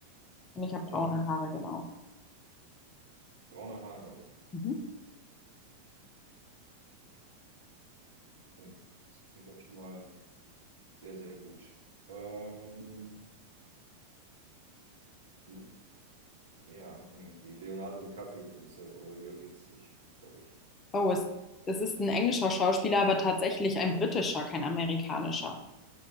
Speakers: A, on the left; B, on the right.
A: Und ich habe braune
B: Dann
A: Haare, genau.
B: braune Haare.
A: Mhm.
B: Oh, Das klingt doch schon mal sehr, sehr gut. Ähm, Le- ja, nee, die Leonardo DiCaprio ist aber über 40, glaube ich.
A: Oh, es, es ist ein englischer Schauspieler, aber tatsächlich ein britischer, kein amerikanischer.